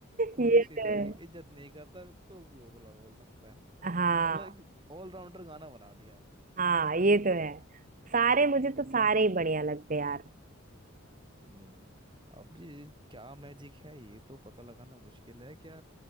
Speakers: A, on the right (about 20°); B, on the right (about 40°).
A: कोई
B: ये
A: उसके
B: तो
A: प्यार
B: है
A: की इज्जत नहीं करता तो भी वो बोला बोल सकता है
B: हाँ
A: मतलब एक ऑलराउंडर गाना बना दिया
B: हाँ ये तो है सारे मुझे
A: ये
B: तो
A: तो
B: सारे ही बढ़िया लगते हैं यार
A: हम्म अब ये क्या मैजिक है ये तो पता लगाना मुश्किल है क्या